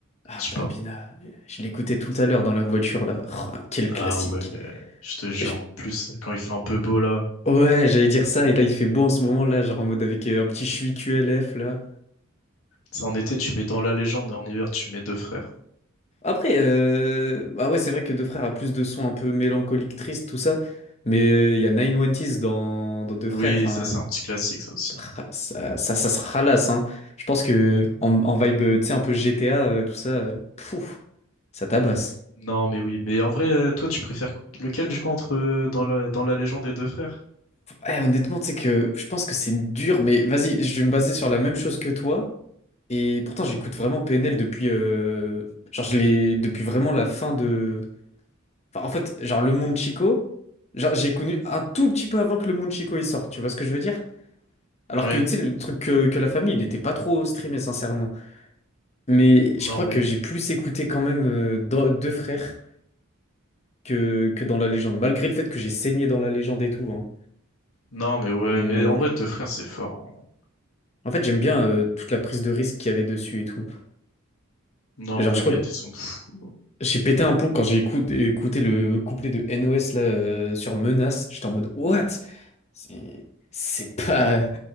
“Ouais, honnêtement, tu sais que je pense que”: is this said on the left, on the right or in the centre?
Left